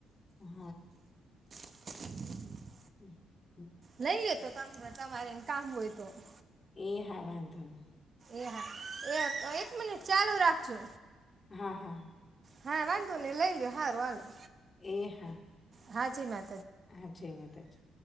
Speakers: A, on the left; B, on the right.
A: હ
B: <inaudible>
A: હમ
B: લઈ જજો તમારે એન કામ હોય તો તો
A: એ હાવાંધો નઇ
B: એ હા એક એક મિનિટ ચાલુ રાખ છો
A: હા હા
B: હા વાંધો નઈ લઇ લો હારું હારું
A: એ હા
B: હા જી મા
A: હા જય‌ માંતાજી